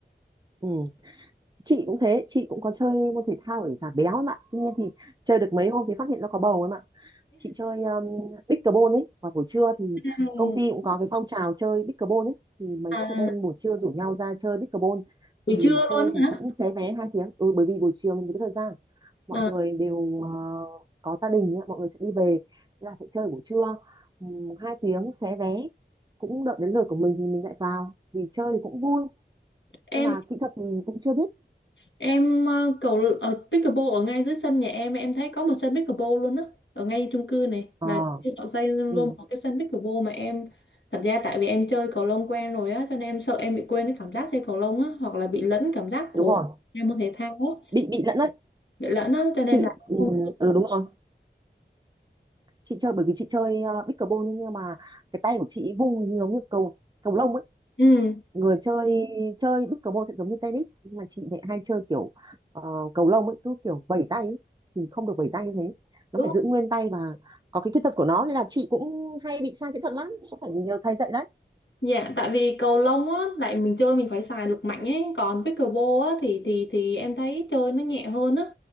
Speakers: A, on the right; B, on the left.
A: ừ chị cũng thế chị cũng có chơi môn thể thao để giảm béo ấy mà tuy nhiên thì chơi được mấy hôm thì phát hiện ra có bầu ấy mà chị chơi um, pickleball ấy vào buổi trưa thì
B: Ừ.
A: công ty cũng có cái phong trào chơi pickleball ấy thì mấy
B: à,
A: chị em buổi trưa rủ nhau ra chơi pickleball
B: buổi
A: thì
B: trưa
A: chơi
B: luôn
A: thì
B: hả
A: cũng xé vé hai tiếng ừ, bởi vì buổi chiều mình có thời gian mọi
B: Ờ,
A: người đều ờ, có gia đình ấy, mọi người sẽ đi về nên là phải chơi buổi trưa um, hai tiếng xé vé cũng đợi đến lượt của mình thì mình lại vào thì chơi thì cũng vui
B: em
A: nhưng mà kỹ thuật thì cũng chưa biết
B: Em ờ, cầu ở pickleball ở ngay dưới sân nhà em em thấy có một sân pickleball luôn á ở ngay chung cư này
A: ờ
B: là họ xây luôn
A: ừ,
B: một cái sân pickleball mà em thật ra tại vì em chơi cầu lông quen rồi á cho nên em sợ em bị quên cái cảm giác chơi cầu lông á hoặc là bị lẫn cảm giác của
A: đúng rồi
B: em môn thể thao á
A: bị bị lẫn đấy
B: bị lẫn á cho
A: chị
B: nên là
A: ừ,
B: không
A: ừ, đúng rồi chị chơi bởi vì chị chơi uh, pickleball nhưng nhưng mà cái tay của chị vung giống như cầu cầu lông ấy
B: ừ.
A: người chơi chơi pickleball sẽ giống như tennis nhưng mà chị lại hay chơi kiểu ờ, cầu lông ấy cứ kiểu vẩy tay ấy. thì không được vẩy tay như thế nó
B: đúng
A: phải giữ nguyên tay và có cái khuyết tật của nó nên là chị cũng hay bị sai kỹ thuật lắm cũng phải nhờ thầy dạy đấy
B: Dạ, tại vì cầu lông á, lại mình chơi mình phải xài lực mạnh ấy, còn pickleball á thì thì thì em thấy chơi nó nhẹ hơn á.